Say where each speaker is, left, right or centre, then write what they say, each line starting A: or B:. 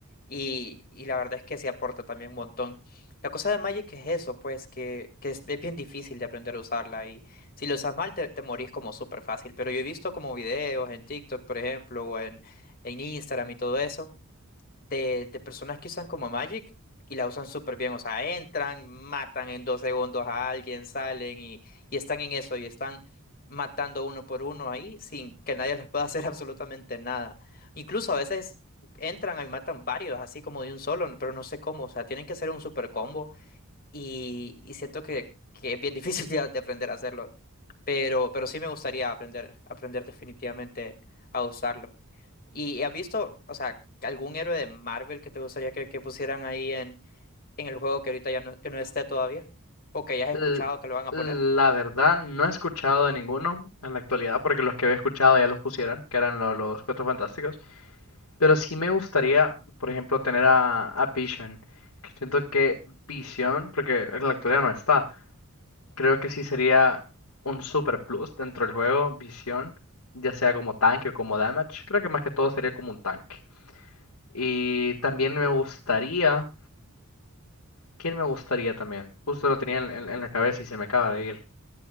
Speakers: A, on the left; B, on the left.
A: Y, y la verdad es que se aporta también un montón. La cosa de Magic es eso, pues, que, que es, es bien difícil de aprender a usarla. Y si lo usas mal, te, te morís como súper fácil. Pero yo he visto como videos en TikTok, por ejemplo, o en, en Instagram y todo eso de, de personas que usan como Magic y la usan súper bien. O sea, entran, matan en dos segundos a alguien, salen y, y están en eso y están matando uno por uno ahí sin que nadie <laughs> les pueda hacer <laughs> absolutamente nada. Incluso a veces entran y matan varios, así como de un solo, pero no sé cómo. O sea, tienen que hacer un super combo y, y siento que, que es bien <laughs> difícil de, de aprender a hacerlo. Pero, pero sí me gustaría aprender, aprender definitivamente a usarlo. ¿Y has visto, o sea, algún héroe de Marvel que te gustaría que, que pusieran ahí en, en el juego que ahorita ya no, que no esté todavía? ¿O que hayas escuchado
B: L-
A: que lo van a
B: la
A: poner?
B: verdad, no he escuchado de ninguno en la actualidad, porque los que había escuchado ya los pusieron, que eran lo- los Cuatro Fantásticos. Pero sí me gustaría, por ejemplo, tener a, a Vision. Que siento que Vision, porque en la actualidad no está. Creo que sí sería un super plus dentro del juego, visión, ya sea como tanque o como damage. Creo que más que todo sería como un tanque. Y también me gustaría... ¿Quién me gustaría también? Justo lo tenía en, en- en la cabeza y se me acaba de ir.